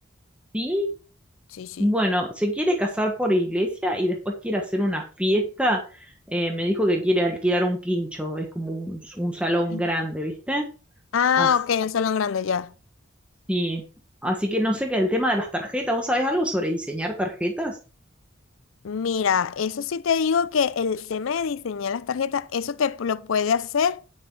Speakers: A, in the centre; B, on the left (about 75°).
A: Sí,
B: Sí, sí.
A: bueno, se quiere casar por iglesia y después quiere hacer una fiesta. Eh, me dijo que quiere alquilar un quincho, es como un un salón
B: Mm.
A: grande, ¿viste?
B: Ah,
A: Así,
B: ok, un salón grande ya.
A: sí. Así que no sé qué, el tema de las tarjetas, ¿vos sabés algo sobre diseñar tarjetas?
B: Mira, eso sí te digo que el tema de diseñar las tarjetas, eso te lo puede hacer